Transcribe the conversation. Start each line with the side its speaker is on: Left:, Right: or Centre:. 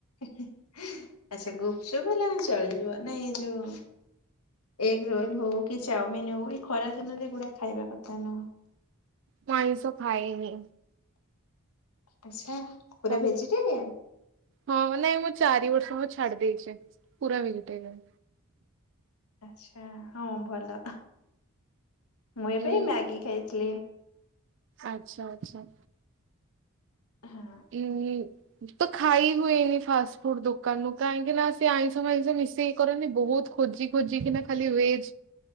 Left: <inaudible> ଆଛା ଗୁପଚୁପ ହେଲେ ଆମ ଚଳିଯିବ ନା ଏ ଯୋଉ ଏଗ ରୋଲ ହଉ କି ଚାଉମିିନ ହଉ ଏଇ ଖରା ଦିନରେ ଗୁଡା ଖାଇବା କଥା ନୁହଁ।
Right: ମୁଁ ଆଇଁଷ ଖାଏନି।
Left: ଆଚ୍ଛା ପୁରା
Right: ତ
Left: ଭେଜିଟେରିୟନ।
Right: ହଁ ନାଇଁ ମୁଁ ଚାରି ବର୍ଷ ହବ ଛାଡି ଦେଇଚି ପୁରା ଭେଜିଟରୀୟନ୍।
Left: ଆଛା ହଁ ଭଲ ମୁଁ ଏବେ
Right: ଉଁ
Left: ମ୍ୟାଗି ଖାଇଥିଲି।
Right: ଆଛା ଆଛା।
Left: ହଁ।
Right: ଉଁ ହୁଁ। ତ ଖାଇ ହୁଏନି ଫାଷ୍ଟ ଫୁଡ ଦୋକାନରୁୁ କାହିଁକି ନା ସେ ଆଇଁଷ ଫାଇଁଷ ମିଶେଇକି କରନ୍ତି ବହୁତ ଖୋଜି ଖୋଜିିକିନା ଖାଲି ଭେଜ